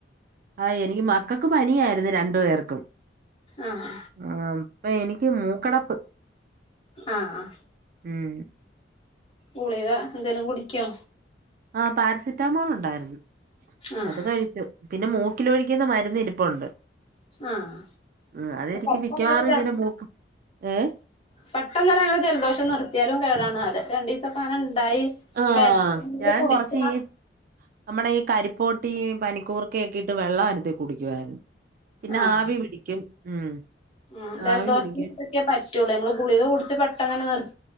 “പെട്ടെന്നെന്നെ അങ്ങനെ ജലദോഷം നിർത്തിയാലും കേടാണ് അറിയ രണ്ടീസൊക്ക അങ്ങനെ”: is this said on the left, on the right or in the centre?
Left